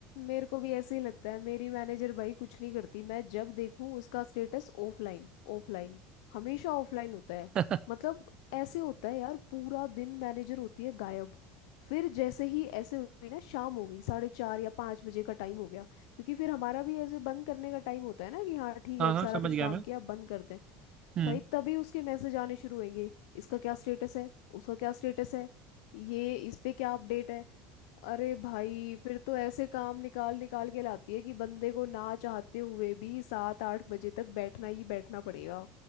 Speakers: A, on the left; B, on the right.
A: मेरे को भी ऐसे ही लगता है मेरी मैनेजर भाई कुछ नहीं करती मैं जब देखूं उसका स्टेटस ऑफलाइन ऑफलाइन हमेशा ऑफलाइन होता है
B: <laughs>
A: मतलब ऐसे होता है यार पूरा दिन मैनेजर होती है गायब फिर जैसे ही ऐसे हुई ना शाम हो गई साढ़े चार या पाँच बजे का टाइम हो गया क्योंकि फिर हमारा भी ऐसे बंद करने का टाइम होता है ना कि हाँ ठीक
B: हाँ
A: है अब
B: हाँ
A: सारा
B: समझ
A: दिन
B: गया
A: काम
B: मैं
A: किया अब बंद करते हैं
B: हम्म
A: भाई तभी उसके मैसेज आने शुरू होंगे इसका क्या स्टेटस है उसका क्या स्टेटस है ये इस पे क्या अपडेट है अरे भाई फिर तो ऐसे काम निकाल निकाल के लाती है कि बंदे को ना चाहते हुए भी सात आठ बजे तक बैठना ही बैठना पड़ेगा